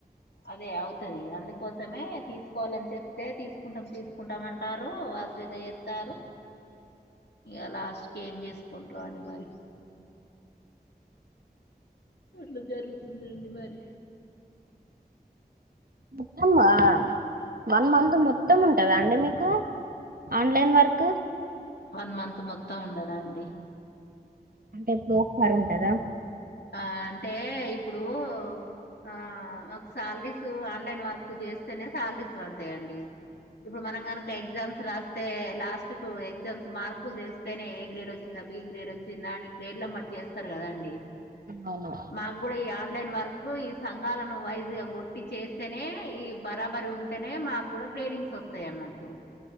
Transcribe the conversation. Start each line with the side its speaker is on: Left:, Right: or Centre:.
Left: అదే అవుతది అందుకు. కోసమే తీసుకోవాలని చెప్తే, తీసుకుంటాం, తీసుకుంటాం అంటారు. అశ్రద్ధా ఎత్తారు. ఇగ లాస్ట్‌కి ఏం చేసుకుంటారో అండి, మరి. అట్లా జరుగుతుందండి, మరి.
Right: మొత్తం మా వన్ మంత్ మొత్తం, ఉంటుందా అండి మీకు? Online work.
Left: వన్ మంత్ మొత్తం, ఉండదండి.
Right: అంటే, ఎప్పుడో ఒకసారి ఉంటదా?
Left: ఆ, అంటే ఇప్పుడు.. ఆ, మాకు శాలరీస్ ఆన్లైన్ వర్క్ జేస్తేనే శాలరీస్ వడతాయండి. ఇప్పుడు మనం గనక ఎగ్జామ్స్ రాస్తే, లాస్ట్. లాస్ట్ కు ఎగ్జామ్స్ మార్కులు తెస్తేనే, ఏ గ్రేడ్ వచ్చిందా, బి గ్రేడ్ వచ్చిందా, అని గ్రేడ్ లేమటి జేస్తారు కదా అండి.
Right: అవును
Left: మాకు గూడా, ఈ ఆన్‌లైన్ వర్క్ ఈ సం. సంఘాలను వైజ్ గా కొట్టి చేస్తేనే, ఈ బరాబర్ ఉంటేనే, మాకు గూడా గ్రేడింగ్స్ వస్తాయి అన్నట్టు.